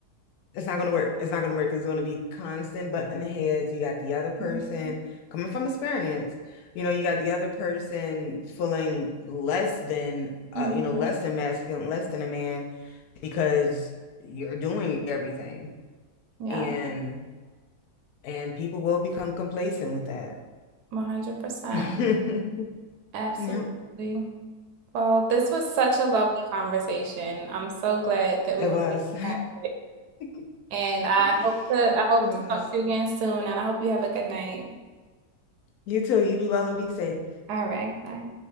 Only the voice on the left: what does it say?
It's not gonna work. It's not gonna work because it's gonna be constant butting heads. You got the other person
coming from experience. You know, you got the other person feeling less than, uh,
you know, less than masculine, less than a man, because you're doing everything,
and and people will become complacent with that.
<laughs>
Yep,
it
was.
<laughs>
It
was.
You too. You be well and be safe.